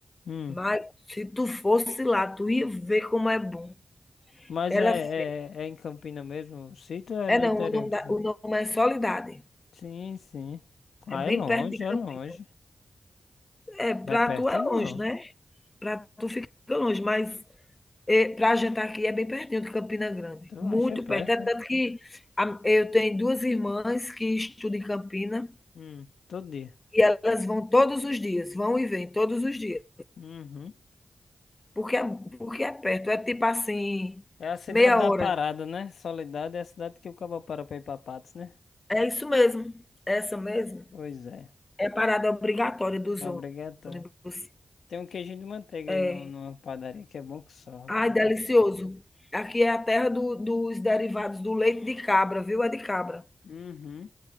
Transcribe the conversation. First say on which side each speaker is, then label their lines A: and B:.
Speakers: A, on the left; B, on the left.
A: Hum.
B: mas se tu fosse lá, tu ia ver como é bom.
A: Mas
B: Ela
A: é, é,
B: fez.
A: é em Campina mesmo o sítio ou é
B: É
A: no
B: não,
A: interior
B: o nome,
A: que
B: da-
A: tu vai?
B: o nome é Solidade.
A: Sim, sim. Ah,
B: É bem
A: é longe,
B: perto de
A: é
B: Campinas.
A: longe.
B: É, pra
A: Não é perto,
B: tu é
A: não.
B: longe, né? Para tu fica longe, mas é, para a gente aqui é bem pertinho de Campina Grande,
A: Tu
B: muito
A: acha perto,
B: perto. É
A: é?
B: tanto que a- eu tenho duas irmãs que estudam em Campina
A: Hum, todo dia.
B: e elas vão todos os dias, vão e vêm todos os dias,
A: Uhum.
B: porque é, porque é perto, é tipo assim,
A: É a cidade
B: meia
A: da
B: hora.
A: parada, né? Soledade é a cidade que o cabo para pra ir pra Patos, né?
B: É isso mesmo, é essa mesmo.
A: Pois é.
B: É parada obrigatória dos
A: É obrigatório.
B: ônibus.
A: Tem um queijinho de manteiga
B: É.
A: aí no, numa padaria que é bom que só, rapaz.
B: Ai, delicioso. Aqui é a terra do- dos derivados do leite de cabra, viu? É de cabra.
A: Uhum.